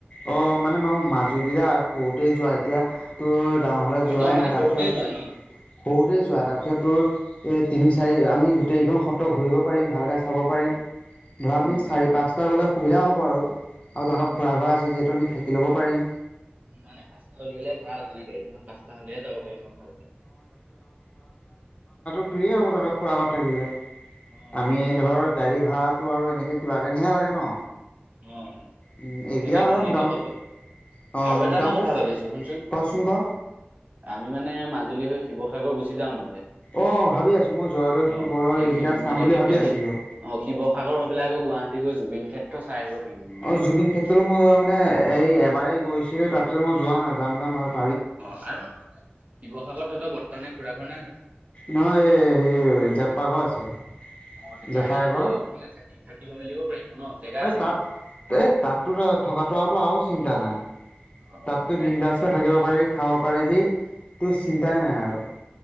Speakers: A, on the left; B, on the right.
A: অ মানে মান মাজুলী সৰুতে যোৱা, এতিয়া তোৰ ডাঙৰ হ'লে
B: অ
A: যোৱাই
B: তই মানে
A: নাই। তাৰপিছত
B: সৰুতে যোৱা ন
A: সৰুতেই যোৱা। তাৰপিছত তোৰ এই তিনি চাৰি আমি গোটেইকেইখন খত্ৰ ঘূৰিব পাৰিম, ভালকে চাব পাৰিম। ধৰা
B: উম
A: আমি চাৰি পাঁচটা গ'লে সুবিধা হ'ব আৰু তহঁতৰ
B: অ
A: খুৰা ঘৰ যিহেতু আমি থাকি ল'ব পাৰিম।
B: উ। মানে পাঁচটা উলিয়াললে ভাল মানে গাড়ীখনৰ পাঁচটা হলেহে যাব পাৰিম আৰু ভালকে
A: ফ্ৰে হ'ব ধৰক খোৱাগত থাকিলে।
B: অ
A: আমি ধৰক গাড়ী ভড়াটো আৰু এনেকে কিবা কিনিহে লাগে ন
B: অ
A: উম, এইকেইটা
B: তাকে
A: হ'লে
B: ধুনীয়াকে
A: মোটামুটি
B: ফটো
A: অ',
B: আৰু এটা
A: মোটামুটি
B: মই কথা ভাবিছো। শুনচোন,
A: কচোন ক।
B: আমি মানে মাজুলী হৈ শিসাগৰ গুচি যাওঁ নহলে
A: অ', ভাবি আছোঁ মই জয়দৌল
B: অ
A: শিৱদৌল
B: সে
A: এইকেইটা
B: সে
A: চাম বুলি
B: সেফেলি।
A: ভাবি আছিলোঁ।
B: অ শিৱসাগৰ হৈ পেলাই আকৌ গুৱাহাটী গৈ জুবিন ক্ষেত্ৰ চাই আহিব পাৰিম মানে
A: অ জুবিন
B: ধুনীয়াকে
A: ক্ষেত্ৰলৈ মই মানে এই এবাৰেই গৈছিলো, তাৰ পিছত মই যোৱা নাই যাম যাম ভাল
B: অ আৰু শিৱসাগৰত তহতৰ বৰ্তা নে খুৰা ঘৰ নাই জানো?
A: নহ এই সে জপ্পা ঘৰ আছে।
B: অ তেতিয়া
A: জেঠাই
B: আমি তাতো
A: ঘৰ
B: থি থাকিব মেলিব পাৰিম। ন জেগা
A: এ
B: আছে
A: তাত,
B: নহয়
A: এ তাততো থকাটো আৰু চিন্তা নাই।
B: অ অ
A: তাতো
B: মানে
A: বিন্দাস
B: আমি থাকি
A: হৈ থাকিব পাৰিবি, খাব পাৰিবি। তোৰ চিন্তাই নাই আৰু